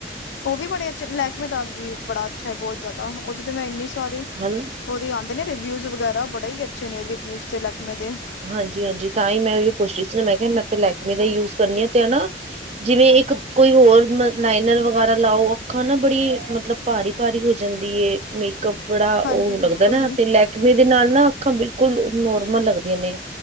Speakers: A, on the left (about 90°); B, on the right (about 35°).
A: ਉਹ ਵੀ ਬੜੇ ਅੱਛੇ ਲਹਿਕਮੇ ਦਾ ਵੀ ਬੜਾ ਅੱਛਾ ਹੈ। ਬਹੁਤ ਜ਼ਿਆਦਾ ਉਹਦੇ ਤੇ ਮੈਂ ਇੰਨੀ ਸਾਰੇ
B: ਹਨਾ।
A: ਉਹਦੇ ਆਂਦੇ ਨੇ ਰਿਵਿਊਜ਼ ਵਗੈਰਾ ਬੜੇ ਹੀ ਅੱਛੇ ਨੇ ਉਹਦੇ ਰਿਵਿਊਜ਼ ਤੇ ਲਹਿਕਮੇ ਦੇ।
B: ਹਾਂਜੀ! ਹਾਂਜੀ! ਤਾਂ ਹੀ ਮੈਂ ਪੁੱਛ ਰਹੀ ਸੀ ਨਾ ਮੈਂ ਕਿਹਾ ਮੈਂ ਲੈਕਮੇ ਦਾ ਯੂਜ ਕਰਨੀ ਆ ਤੇ ਨਾ ਜਿਵੇਂ ਇੱਕ ਕੋਈ ਹੋਰ ਲਾਈਨਰ ਵਗੈਰਾ ਲਾਓ ਅੱਖਾਂ ਨਾ ਬੜੀ ਮਤਲਬ ਭਾਰੀ-ਭਾਰੀ ਹੋ ਜਾਂਦੀ ਏ ਮੇਕਅਪ ਬੜਾ
A: ਹਾਂਜੀ
B: ਉਹ
A: ਬਿਲਕੁਲ
B: ਲੱਗਦਾ ਨਾ ਤੇ ਲੈਕਮੇ ਦੇ ਨਾਲ ਨਾ ਅੱਖਾਂ ਬਿਲਕੁਲ ਨੋਰਮਲ ਲੱਗ ਲੱਗਦੇ ਨੇ